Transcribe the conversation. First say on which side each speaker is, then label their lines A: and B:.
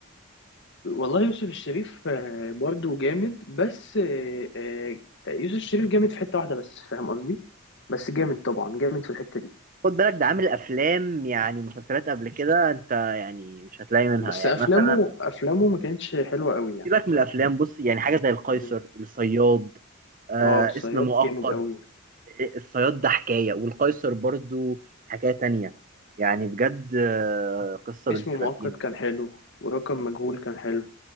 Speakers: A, on the left; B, on the right.
A: والله يوسف الشريف آه، برضو جامد بس آه، آه، يوسف الشريف جامد في حته واحده بس فاهم قصدي بس جامد طبعا جامد في الحته دي
B: خد بالك ده عامل افلام يعني مسلسلات قبل كده انت يعني مش هتلاقي منها
A: بس
B: يعني
A: افلامه
B: مثلا
A: افلامه ما كانتش حلوه قوي يعني
B: سيبك
A: بصراحه
B: من الافلام بص يعني حاجه زي القيصر
A: مم.
B: الصياد آه
A: اه الصياد
B: اسم مؤقت
A: جامد قوي
B: الصياد ده حكايه والقيصر برضو حكايه تانية يعني بجد آه قصه بنت
A: اسم مؤقت
B: لذينه
A: كان حلو ورقم مجهول كان حلو